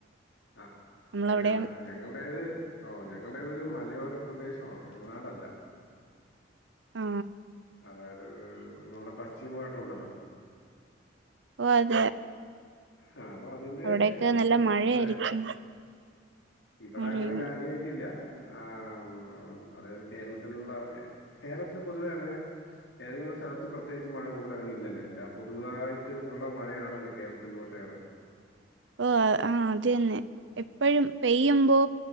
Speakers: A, on the left; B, on the right.
A: ആ
B: നമ്മളവിടെയാണ്
A: അങ്ങനെയാണല്ലോ ഞങ്ങൾടേത് ഓ ഞങ്ങളുടെ ഇതൊരു മലയോര പ്രദേശമാണ് ഇടനാടല്ല
B: ആ
A: അതായത് നമ്മടെ പശ്ചിമഘട്ടമുണ്ടല്ലോ
B: ഓ അത്
A: ആ അപ്പൊ അതിന്റെ
B: അവിടെയൊക്കെ
A: തൊട്ട്
B: നല്ല മഴയായിരിക്കും
A: അതെ ഇവിടെ
B: മഴയും
A: അങ്ങനെ കാര്യയിട്ടില്ല ആ ഉം അതായത് കേരളത്തിലുള്ള കേരളത്തിൽ പൊതുവെ അങ്ങനെ ഏതെങ്കിലും സ്ഥലത്ത് പ്രത്യേകിച്ച് മഴ കൂടുതൽ അങ്ങനെ ഇല്ലല്ലോ എല്ലാ പൊതുവായിട്ട് ഉള്ള മഴയാണല്ലോ കേരളത്തിന്റെ പ്രത്യേകത
B: ഓ ആ അത് തന്നെ എപ്പഴും പെയ്യുമ്പോ